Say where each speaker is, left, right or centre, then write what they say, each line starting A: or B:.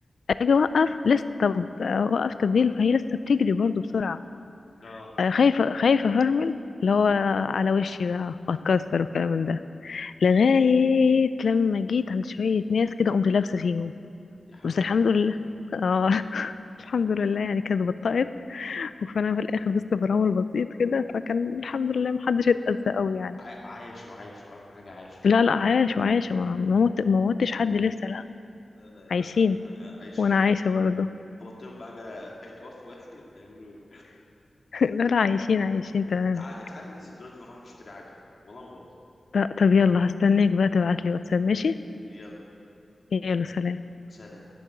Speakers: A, on the left; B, on the left.
A: اجي اوقف لسه طب اوقف تبديل فهي لسه بتجري برضو بسرعة
B: لا
A: آه، خايفة خايفة افرمل اللي هو على وشي بقى اتكسر والكلام من ده لغاية لما جيت عند شوية ناس كده قمت لابسة فيهم
B: يا حول
A: بس
B: ولا
A: الحمد
B: قوة
A: لله
B: إلا بالله.
A: اه <laughs> الحمد لله يعني كانت بطأت وفانا في الاخر بس تفرمل بسيط كده فكان الحمد لله محدش اتأذى قوي يعني
B: عا- عايشوا عايشوا أهم حاجة عايشوا
A: لا لا عايش وعايشة ما ما موت ما موتش حد لسه لا
B: لا لا
A: عايشين
B: لا عايشين
A: وانا عايشة برضه
B: خبطتهم بعجلة هيتوفوا يعني ولا يعملوا إيه
A: <laughs> لا لا عايشين عايشين تمام
B: تعالي تعالي ننزل دلوقتي نروح نشتري عجل والله ما باظ
A: ط- طب يلا هستناك بقى تبعتلي واتساب ماشي
B: يلا
A: يلا سلام
B: سلام